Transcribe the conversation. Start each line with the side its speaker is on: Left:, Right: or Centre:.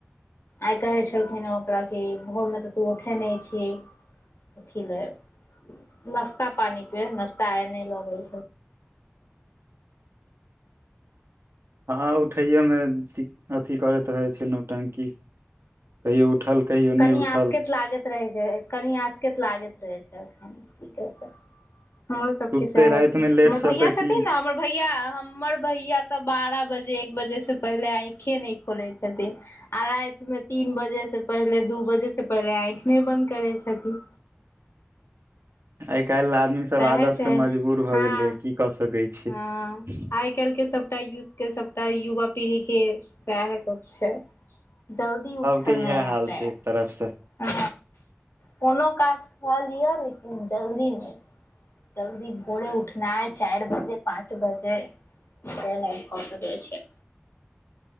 Left: आइ कहै छलखिन हेँ ओकरा कि भोरमे तऽ तू उठै नहि छह कथी नहि नाश्ता पानि प नाश्ता आय नहि लगे
Right: हँ उठैोमे द अथी करैत रहै छै नौटंकी कहियो उठल कहियो
Left: कनि
Right: नहि उठल
Left: आसक्त लागैत रहै छै कनि आँसकत लागैत रहै छैख की कर कऽ हमरो
Right: सुतते
Left: सबके सह
Right: रातिमे
Left: छै
Right: लेटसँ
Left: हमर भैया
Right: तऽ
Left: छथिन
Right: की
Left: ने हमर भैया हमर भैया तऽ बारह बजे बजे से पहिले आखे खोले छथिन आ राति मे तीन बजे बजे से पहिले दू बजे से पहिले आँखि नहि बन्द करै छथिन
Right: आइ काइल आदमीसभ
Left: सएह
Right: आदतसँ
Left: छै
Right: मजबूर भऽ
Left: हँ
Right: गेलैए की कऽ सकै छीै
Left: हँ आइ के सबटा य के सबटा युवा पीढ़ी के वएह छै जल्दी उठल
Right: के
Left: नहि
Right: इएह
Left: हेतै
Right: हाल छै एक तरफ से
Left: हँ कोनो काज क लिअ लेकिन जल्दी नहि जल्दी भोरे उठना ह चारि बजे पाँच बजे ह नहि कस द छै